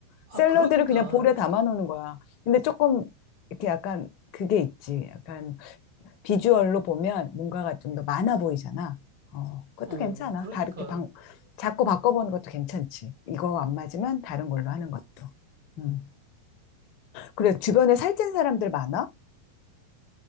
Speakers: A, on the right; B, on the left.
A: 아,
B: 샐러드를
A: 그러니까,
B: 그냥 볼에 담아 놓는 거야. 근데 조금 이렇게 약간 그게 있지. 약간 비주얼로 보면 뭔가가 좀 더 많아 보이잖아. 어, 그것도
A: 어,
B: 괜찮아.
A: 그러니까,
B: 다르게 방, 자꾸 바꿔보는 것도 괜찮지. 이거 안 맞으면 다른 걸로 하는 것도. 음. 그래, 주변에 살찐 사람들 많아?